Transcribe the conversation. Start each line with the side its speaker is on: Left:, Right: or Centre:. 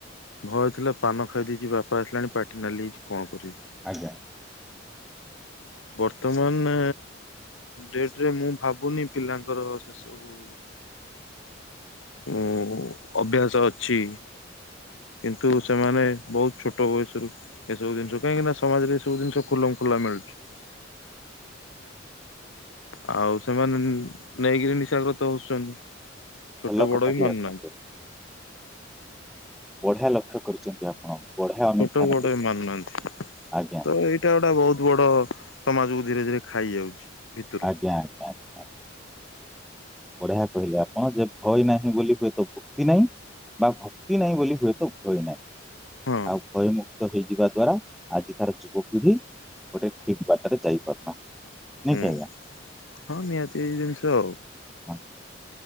Left: ଭୟ ଥିଲା ପାନ ଖାଇ ଦେଇଛି ବାପା ଆସିଲାଣି ପାଟି ନାଲିହେଇଛି କଣ କରିବି।
Centre: ଆଜ୍ଞା।
Left: ବର୍ତ୍ତମାନେ ଡେଟରେ ମୁଁ ଭାବୁନି ପିଲାଙ୍କର ସେ ସବୁ ଉ ଅଭ୍ୟାସ ଅଛି। କିନ୍ତୁ ସେମାନେ ବହୁତ ଛୋଟ ବୟସରୁ ଏସବୁ ଜିନିଷ କାହିଁକିନା ସମାଜରେ ଏ ସବୁ ଜିନିଷ ଖୁଲମଖୁଲା ମିଳୁଛି। ଆଉ ସେମାନେ ନେଇକିରି ନିଶାଗ୍ରତ ହଉଛନ୍ତି ଛୋଟ
Centre: ଭଲ କଥାଟି
Left: ବଡ ବି ମାନୁନାହାନ୍ତି।
Centre: ଆପଣ କହିଲେ ବଢିଆ ଲକ୍ଷ୍ୟ କରିଛନ୍ତି ଆପଣ। ବଢିଆ ଅନୁଧ୍ୟାନ
Left: ଛୋଟ ବଡ଼
Centre: କରିଛନ୍ତି
Left: ବି ମାନୁନାହାନ୍ତି
Centre: ଆଜ୍ଞା
Left: ତ ଏଇ ଏଇଟା ଗୁଟା ବହୁତ ବଡ ସମାଜ କୁ ଧୀରେ ଧୀରେ ଖାଇ ଯାଉଛି। ଭିତରୁ
Centre: ଆଜ୍ଞା। ଆଜ୍ଞା ବଢିଆ କହିଲେ ଆପଣ ଯେ ଭୟ ନାହିଁ ବୋଲି ହୁଏତ ଭକ୍ତି ନାହିଁ। ବା ଭକ୍ତି ନାହିଁ ବୋଲି ହୁଏତ ଭୟ ନାହିଁ
Left: ହଁ
Centre: ଆଉ ଭୟ ମୁ କ୍ତ ହେଇଯିବା ଦ୍ଵାରା ଆଜିିକାର ଯୁବପିଢି ଗୋଟେ ଠିକ୍ ବାଟରେ ଯାଇପାରୁନାହାନ୍ତି। ନାଇଁ
Left: ହୁଁ
Centre: କି ଆଜ୍ଞା।
Left: ହଁ ନିହାତି ଏଇ ଜିନିଷ।
Centre: ହଁ।